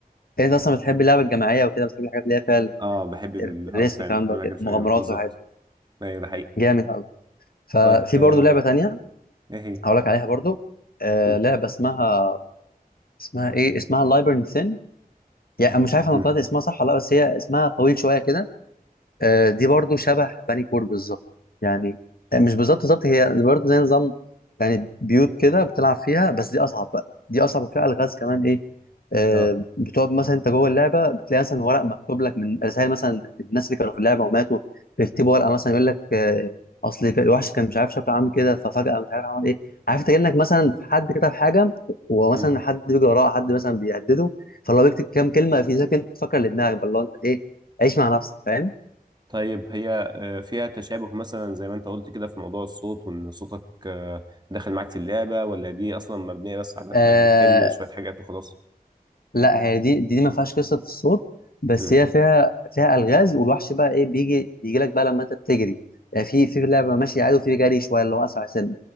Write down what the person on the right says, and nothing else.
اه بحب ال...
اه فعلا
بحب
الحاجات
فعلا
بالظبط
ايوه ده حقيقي
طيب آه،
ايه هي
مم.
مم.
اه
مم.
طيب هي آه، فيها تشابه مثلا زي ما انت قلت كده في موضوع الصوت وان صوتك آه، داخل معاك في اللعبة ولا دي اصلا مبنية بس على انك
بتحل شوية حاجات وخلاص
مم.